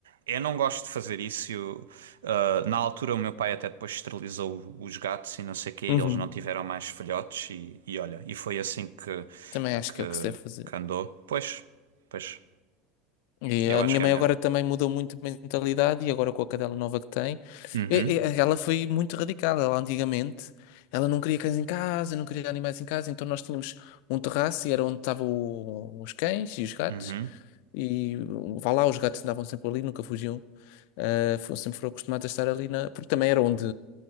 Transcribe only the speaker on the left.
Uhum.
Também acho
que é o que se deve fazer.
E
a
minha
mãe
agora também mudou muito de mentalidade e agora com a cadela nova que tem,
e- e eh, ela foi muito radical. Ela antigamente, ela não queria cães em casa, não queria animais em casa, então nós tínhamos um terraço e era onde estavam o- os cães e os gatos.
E hum, vá lá, os gatos andavam sempre ali, nunca fugiam. Ah, fo- sempre foram acostumados a estar ali na. Porque também era onde